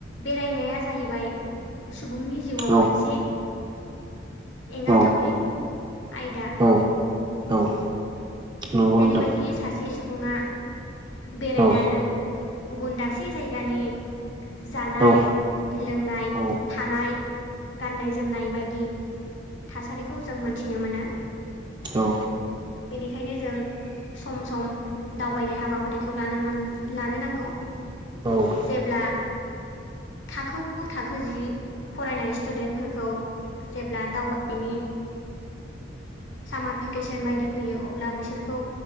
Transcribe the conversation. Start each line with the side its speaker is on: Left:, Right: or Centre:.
Left: बेरायनाया जाहैबाय सुबुंनि जिउआव
Right: औ
Left: मोनसे एंगारथावै
Right: औ
Left: आयदा
Right: औ औ नंगौ
Left: जेरैबायदि
Right: नोंथां
Left: सासे सुबुङा बेरायनानै
Right: औ
Left: गुबुन दाबसे जायगानि जानाय
Right: औ
Left: लोंनाय
Right: औ
Left: थानाय गाननाय जोमनाय बायदि थासारिखौ जों मोनथिनो मोनो
Right: औ
Left: बेनिखायनो जों सम सम दावबायनाय हाबाफारिखौ लानो लानो नांगौ
Right: औ
Left: जेब्ला थाखो गु थाखो जि फरायनाय स्टुडेन्टफोरखौ जेब्ला दावबायनायनि सामार भेकेसन बायदि फैयो अब्ला बिसोरखौ